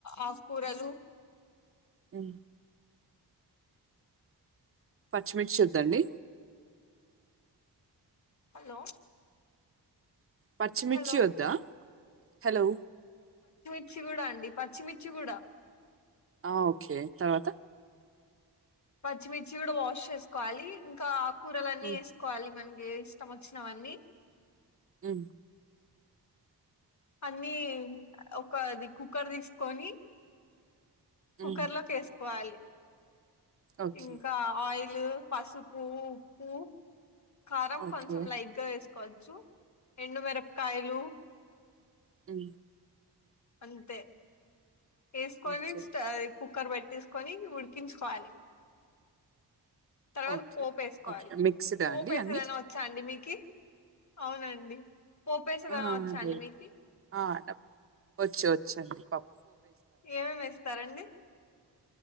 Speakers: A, on the left (about 45°); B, on the right (about 35°).
A: ఆకుకూరలు
B: ఉ పచ్చిమిర్చి వద్దండి
A: హలో
B: పచ్చిమిర్చి
A: హలో
B: వద్దా హలో
A: మిర్చి కూడా అండి పచ్చిమిర్చి గుడా
B: ఆ ఓకే తర్వాత
A: పచ్చిమిర్చి కూడా వాష్ చేసుకోవాలి ఇంకా ఆకూరలన్నీ
B: ఉమ్
A: వేసుకోవాలి మన్ ఇ ఇష్టం వచ్చినవన్నీ
B: హు
A: అన్ని ఒక్క అది కుక్కర్ తీసుకొని కుక్కర్
B: ఉమ్
A: లోకి వేసుకోవాలి
B: ఓకే
A: ఇంకా ఆయిల్ ల్ పసుపు ఉప్పు కారం
B: ఓకే
A: కొంచెం లైట్ గా వేసు కోవచ్చు ఎండు మిరపకాయలు
B: ఉ
A: అంతే వేసుకొని
B: ఓకే
A: అది కుక్కర్ పెట్టేసుకొని ఉడికించుకోవాలి తర్వాత
B: ఓకే
A: పోపు వేసుకోవాలి
B: ఓకే మిక్స్డా
A: పోపేసేదైనా
B: అండి అన్ని
A: వచ్చా అండి మీకి అవునండి పోపేసేదైనా
B: ఆ
A: వచ్చాండి
B: లేదు
A: మీకి
B: ఆ వచ్చు వచ్చండి ప
A: ఏమేం వేస్తారండి